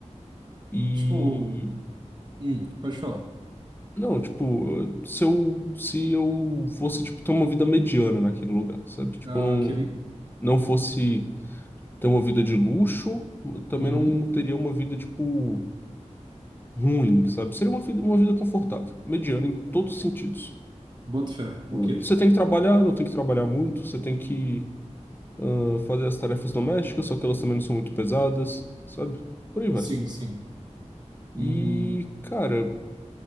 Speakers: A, on the left (about 15°); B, on the right (about 35°).
A: E,
B: Tipo, hum, pode falar.
A: não, tipo, se eu, se eu fosse, tipo, ter uma vida mediana naquele lugar, sabe? Tipo,
B: Ah,
A: não,
B: ok.
A: não fosse. ter uma vida de luxo, mas também
B: Uhum.
A: não teria uma vida, tipo, ruim, sabe? Seria uma vida, uma vida confortável, mediana em todos os sentidos.
B: Boto fé. Ok.
A: Você tem que trabalhar, não tem que trabalhar muito, você tem que ah, fazer as tarefas domésticas, só que elas também não são muito pesadas, sabe? Por aí vai.
B: Sim, sim.
A: E,
B: Hum,
A: cara,